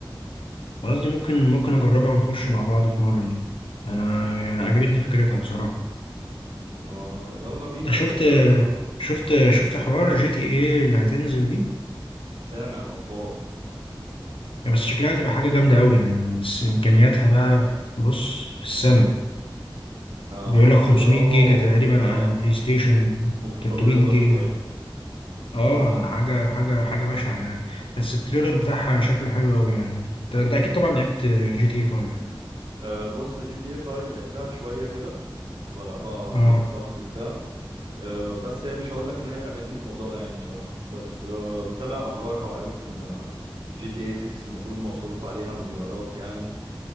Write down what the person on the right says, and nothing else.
آه يلا بينا
يا
باشا اي وقت
سامع الاخبار
اعتقد
اه
هتبقى
متطلبة
شوية
<laughs>
اه بص جي تي اي 5 لعبتها شوية كده كنت بلعبها عند
واحد صاحبي وبتاع آه، بس هي مش هقول لك ان هي لعبتي المفضلة يعني بصراحة بس آه، متابع اخبارها وعارف ان جي تي اي 6 المفروض مصروف عليها مليارات يعني